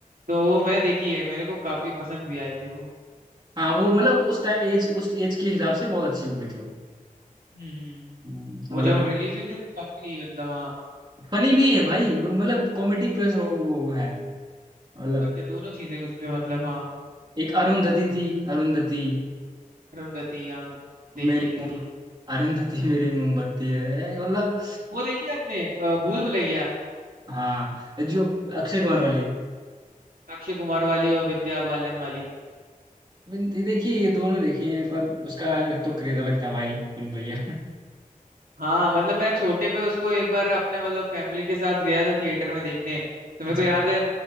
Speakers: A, on the right (about 80°); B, on the right (about 35°).
A: तो वो मैंने देखी है मेरे को काफी पसंद भी आई थी वो
B: हाँ वो मतलब उस टाइम एज उस एज के हिसाब से बहुत अच्छी मूवी थी वो
A: हम्म
B: हम्म,
A: वो
B: मतलब
A: जब रिलीज हुई थी तो काफी मतलब हाँ
B: फनी भी है भाई मतलब कॉमेडी प्लस वो वो है मतलब
A: पर क्या दोनों चीजें उसमें मतलब हाँ
B: एक अरुंधति थी अरुंधति
A: अरुंधति हाँ देखिए
B: मेरी
A: देखिए
B: अरुंधति मेरी मोमबत्ती है मतलब
A: वो देखी है आपने अ, भूल भुलैया
B: हाँ जो अक्षय कुमार वाली
A: अक्षय कुमार वाली और विद्या बालन वाली
B: बिन- ये देखिए ये दोनों देखी हैं पर उसका तो क्रेज अलग था भाई भूल भैया
A: हाँ मतलब मैं छोटे पे उसको एक बार अपने मतलब फैमिली के साथ गया था थिएटर में देखने तो मेरे
B: अच्छा
A: को याद है